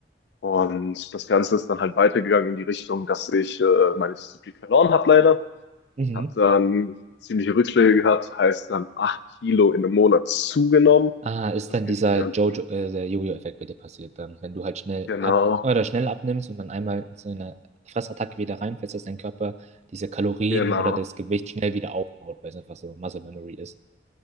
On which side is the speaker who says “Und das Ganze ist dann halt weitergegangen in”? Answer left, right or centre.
Left